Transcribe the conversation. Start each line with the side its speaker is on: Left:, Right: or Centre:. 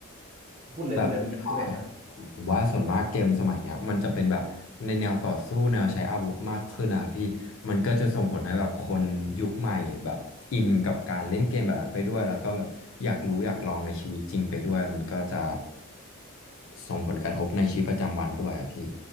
Right: พูดเลยพูดเลยเมื่อกี้พูดเลยนะ
Left: แบบอ่าผมผมว่าส่วนมากเกมสมัยเนี้ยมันจะเป็นแบบในแนวต่อสู้แนวใช้อาวุธมากขึ้นอะพี่มันก็จะส่งผลให้แบบคนยุคใหม่แบบอินกับการเล่นเกมแบบนั้นไปด้วยแล้วก็แบบอยากรู้อยากลองในชีวิตจริงไปด้วยมันก็จะส่งผลกระทบในชีวิตประจำวันด้วยอะพี่